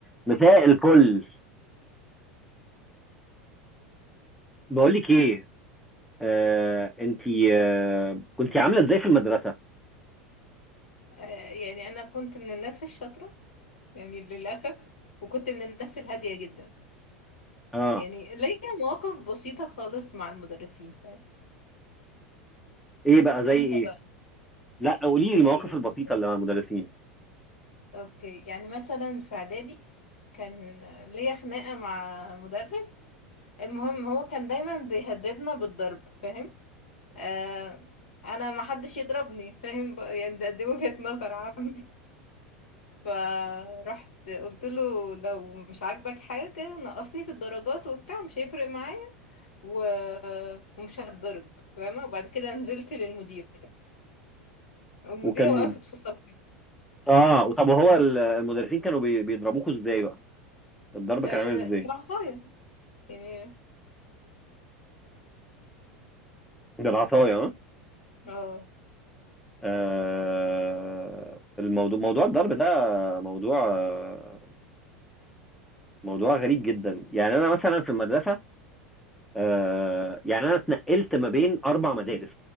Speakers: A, in the centre; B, on the left.
A: مساء الفل بقول لك ايه آه، انتي آه، كنتي عامله ازاي في المدرسه
B: آه، يعني انا كنت من الناس الشاطره يعني للاسف وكنت من الناس الهاديه جدا
A: اه
B: يعني ليا مواقف بسيطه خالص مع المدرسين فاهم
A: ايه بقى زي
B: انت
A: ايه
B: بقى
A: لا قولي لي
B: زي
A: المواقف
B: ايه
A: البسيطه
B: مثلا
A: اللي مع المدرسين
B: اوكي يعني مثلا في اعدادي كان ليا خناقه مع مدرس المهم هو كان دايما بيهددنا بالضرب فاهم آه انا ما حدش يضربني فاهم بقى يعني ده دي وجهه نظر عامه فرحت قلت له لو مش عاجبك حاجة نقصني في الدرجات وبتاع مش هيفرق معايا و... ومش هتضرب فاهمة وبعد كده نزلت للمديرة والمديرة
A: وكان
B: وقفت في صفي
A: اه وطب هو ال- المدرسين كانوا بي- بيضربوكوا ازاي بقى الضرب
B: آه
A: كان عامل ازاي
B: بالعصاية يعني
A: بالعصايه اه
B: اه
A: آه، الموضوع موضوع الضرب ده موضوع آه، موضوع غريب جدا يعني انا مثلا في المدرسه آه، يعني انا اتنقلت ما بين اربع مدارس